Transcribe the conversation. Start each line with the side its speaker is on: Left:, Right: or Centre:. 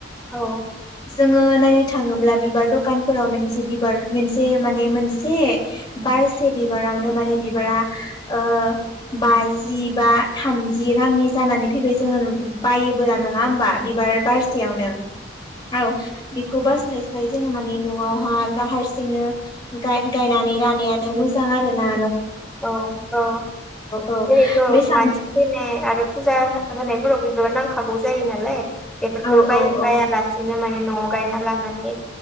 Centre: औ
Left: जोंङो नायनो थाङोब्ला बिबार दखानफ्राव मोनसे बिबार मोनसे माने मोनसे बारसे बिबार रावनो माने बिबारा ओ बाजि बा थामजि रांनि जानानै फैबाय जोङो बायोबोला नङा होमबा बिबार बारसेयावनो। औ बे खौ बास्लायस्लाय जोङो माने न'आवहा गाव हारसिंनो गाय-गायनानै लानायानो मोजां आरो ना।
Centre: औ औ
Left: औ
Centre: जेरैथ'
Left: बेसां
Centre: मानसि फैनाय आरो फुजा हो होनायफोरावबो बेफोरखौ नांखागौ जायो नालाय बेफोरफोरखौ
Left: औ
Centre: बाय
Left: औ
Centre: बायालासेनो
Left: औ
Centre: मा मे न'आव गायना लानानै